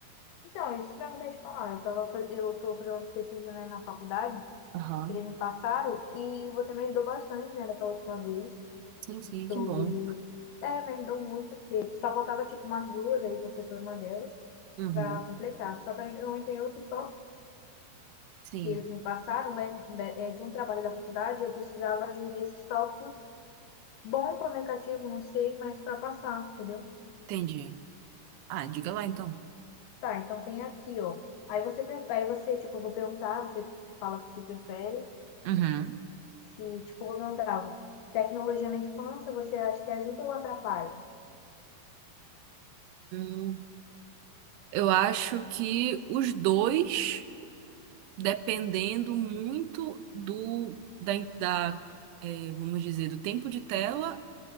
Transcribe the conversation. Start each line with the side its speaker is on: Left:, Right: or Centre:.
Left: Então, isso mesmo que eu ia te falar. Eu tava, faz- eu tô fazendo umas pesquisas, né, na faculdade,
Right: Aham.
Left: que eles me passaram, e você me ajudou bastante, né, daquela última vez,
Right: Sim, sim,
Left: sobre...
Right: que bom.
Left: É, me ajudou muito, porque só faltava, tipo, umas duas, aí você foi uma delas,
Right: Uhum.
Left: pra completar. Só que eu eu entrei outros tópicos
Right: Sim,
Left: que eles me passaram, né, de é, de um trabalho da faculdade, eu precisava de, desses tópicos Bom para o negativo, não sei, mas para passar, entendeu?
Right: entendi. Ah, diga lá então.
Left: Tá, então tem aqui, ó. Aí você, pre- aí você, tipo, eu vou perguntar, você fala o que se prefere.
Right: Uhum.
Left: Se, tipo, eu vou perguntar, tecnologia na infância, você acha que ajuda ou atrapalha?
Right: Hum, eu acho que os dois, dependendo muito do da, da, eh, vamos dizer, do tempo de tela